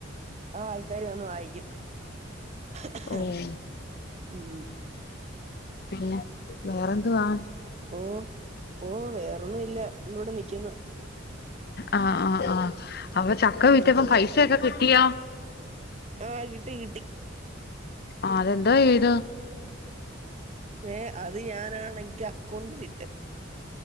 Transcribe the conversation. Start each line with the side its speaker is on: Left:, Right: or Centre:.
Right: ആ ആൾക്കാാര് വന്ന് വായിക്കും. ഇഹ്
Left: ഓഹ്
Right: ഇഹ് ഉം.
Left: പിന്നെ വേറെന്തുവാ?
Right: ഓ ഓ വേറെൊന്നും ഇല്ല എന്തൂടെ നിക്കുന്നു
Left: ആഹ ആഹ ആഹ അപ്പൊ ചക്ക വിറ്റപ്പോ
Right: ആഹ്
Left: പൈസൊക്കെ കിട്ടിയാ
Right: ആഹ് കിട്ടി കിട്ടി
Left: ആ അതെന്താ ചെയ്ത്
Right: ഏ അത് ഞാനാണെങ്കി അക്കൗണ്ടിലിട്ട്